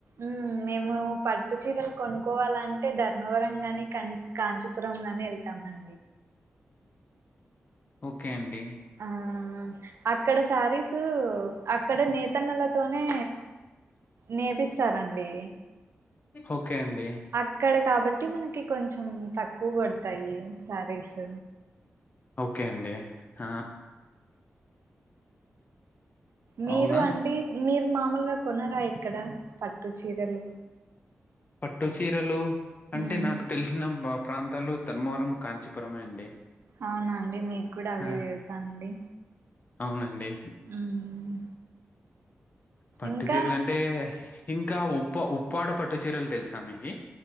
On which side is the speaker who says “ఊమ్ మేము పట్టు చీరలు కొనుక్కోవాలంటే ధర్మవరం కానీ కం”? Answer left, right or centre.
Right